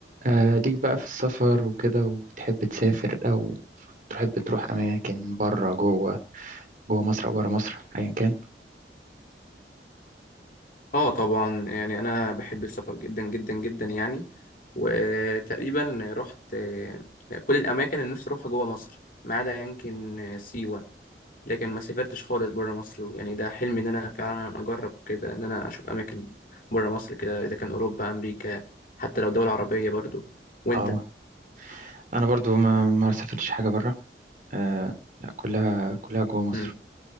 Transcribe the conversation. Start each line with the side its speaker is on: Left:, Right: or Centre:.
Right: آه ليك بقى في السفر وكده وبتحب تسافر أو تحب تروح أماكن بره جوه جوه مصر أو بره مصر أيا كان
Left: اه طبعا يعني انا بحب السفر جدا جدا جدا يعني وتقريبا رحت آه، كل الاماكن اللي نفسي اروحها جوه مصر ما عدا يمكن آه، سيوه لكن ما سافرتش خالص بره مصر يعني ده حلمي ان انا فعلا اجرب كده ان انا اشوف اماكن بره مصر كده اذا كان اوروبا امريكا حتى لو دول عربيه برضو وانت
Right: اه أنا برضو ما ما سافرتش حاجة بره آه لا كلها كلها جوه مصر
Left: مم.